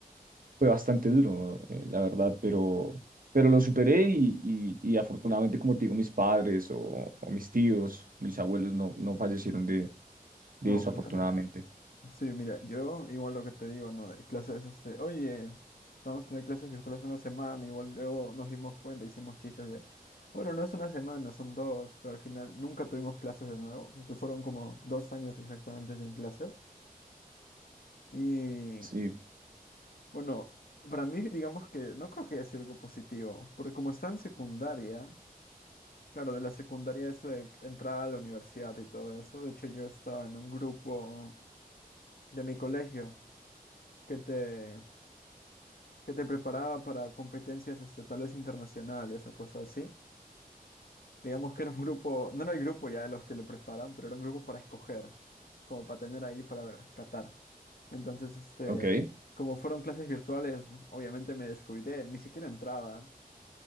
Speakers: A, on the right (about 65°); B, on the left (about 75°).
A: fue bastante duro, eh, la verdad, pero, pero lo superé y, y, y afortunadamente, como te digo, mis padres o, o mis tíos, mis abuelos no, no fallecieron de, de
B: No,
A: eso,
B: claro.
A: afortunadamente.
B: Sí, mira, yo igual lo que te digo, ¿no? De clases, este, oye, vamos a tener clases virtuales una semana, igual luego nos dimos cuenta, hicimos chistes de, bueno, no es una semana, son dos, pero al final nunca tuvimos clases de nuevo, esto fueron como dos años exactamente sin clases. Y
A: Sí,
B: bueno, para mí, digamos que no creo que haya sido algo positivo, porque como está en secundaria, claro, de la secundaria es la entrada a la universidad y todo eso, de hecho yo estaba en un grupo de mi colegio que te que te preparaba para competencias este, tal vez internacionales o cosas así. Digamos que era un grupo, no era el grupo ya de los que lo preparan, pero era un grupo para escoger, como para tener ahí para ver, catar. Entonces, este,
A: ok,
B: como fueron clases virtuales, obviamente me descuidé, ni siquiera entraba.